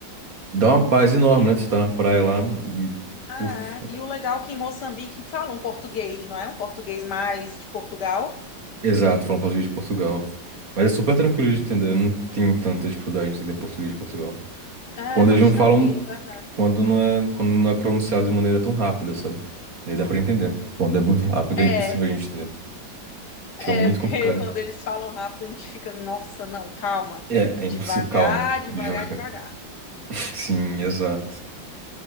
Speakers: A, on the right; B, on the left.
A: Dá uma paz enorme,
B: E,
A: né? Você tá na praia lá e.
B: ah,
A: puf,
B: é. E o legal é que em Moçambique falam português, não é? Um português mais de Portugal.
A: exato, falando português de Portugal. Mas é super tranquilo de entender, não tem tanta dificuldade de entender português de Portugal.
B: Ah,
A: Quando
B: é mais
A: eles não
B: tranquilo,
A: falam,
B: verdade.
A: quando não é, quando não é pronunciado de maneira tão rápida, sabe? Daí dá pra entender. Quando é muito rápido,
B: É,
A: é impossível a gente entender. Fica
B: é,
A: muito
B: <laughs>
A: complicado.
B: porque quando eles falam rápido, a gente fica, nossa, não, calma.
A: É, é impossível.
B: Devagar,
A: Calma,
B: devagar,
A: devagar.
B: devagar.
A: <laughs> Sim, exato.